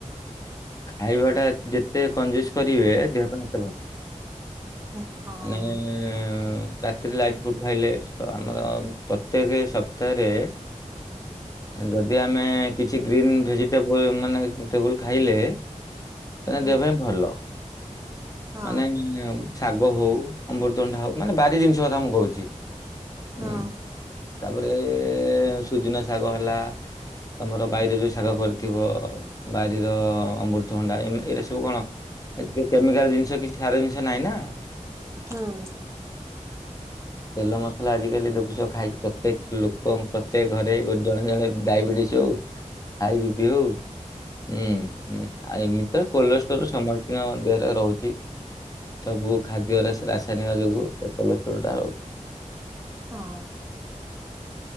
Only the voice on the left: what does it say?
ଖାଇବା ଟା ଯେତେ କଞ୍ଜୁସ୍। କରିବେ ଦେହ ପାଇଁ ସେତେ ଭ
ମାନେ ରାତିରେ ଲାଇଟ ଫୁଡ୍ ଖାଇଲେ <unintelligible> ପ୍ରତ୍ୟେକେ ସପ୍ତାହ ରେ ଯଦି ଆମେ କିଛି ଗ୍ରୀନ୍ ଭେଜିଟେବୁଲ୍ ମାନେ ଟେବୁଲ୍ ଖାଇଲେ <unintelligible>
ଦେହ ପାଇଁ ଭଲ।
ମାନେ <unintelligible> ଶାଗ ହଉ ଅମୃତଭଣ୍ଡା ହଉ ମାନେ ବାରି ଜିନିଷ କଥା ମୁଁ କହୁଛି।
ହୁଁ। ତାପରେ ସୁଜୁନା ଶାଗ ହେଲା ତମର ବାଇରେ ଯୋଉ ଶାଗ କରିଥିବ ବାରିର ଅମୃତଭଣ୍ଡା ଏରା ସବୁ କଣ ଏ କେମିକାଲ୍ ଜିନିଷ କିଛି ସାର ଜିନିଷ୍ ନାହିଁ ନା।
ତେଲ ମସ ଆଜିକାଲି ଦଖୁସ ଖାଇକି ପ୍ରତ୍ୟେକ ଲୋକଙ୍କ ପ୍ରତ୍ୟେକ ଘରେ ଜଣେ ଜଣେ ଡାଇବେଟିସ୍ ହଉ ହାଇବିପି ହଉ ହୁଁ। ଆଉ ଏମିତି ତ କୋଲେଷ୍ଟୋର ସମସ୍ତଙ୍କ ଦେହରେ ରହୁଛି। ସବୁ ଖାଦ୍ୟରେ ରାସାୟନିକ ଯୋଗୁ <unintelligible>